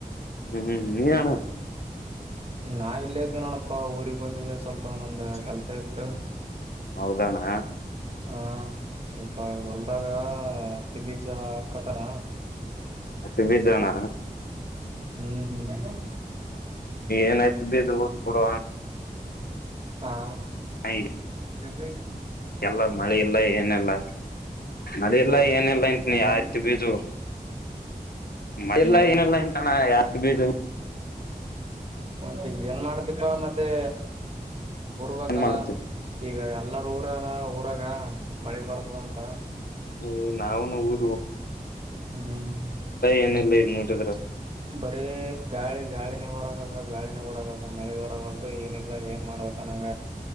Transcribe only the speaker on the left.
ಹ್ಮ್ ಇನ
ಹೌದಾನಾ
ಹತ್ತಿ ಬೀಜ ಅಣ್ಣ
ಏನಾಯ್ತು ಬೀಜ ಹೋಗದ ಕೊಡುವ
ಹ
ಎಲ್ಲ ಮಳ ಇಲ್ಲ ಏನಲ್ಲ ಮಲ್ಲಾಯ ಎನ ಲೈನ್ ನೀ
ಆತ್ತಿು ಬೀಜು ಮೆಲ್ಲ
ಏನೆಲ್ಲಾ ಇನ್ಕಣ ಯ ಬ
ಏನ್ ಮಾಡ್ತಿ
ಹ ನಾವುನು ಊ
ಏನಿಲ್ಲ ಇನ್ ನೋಡಿದ್ರ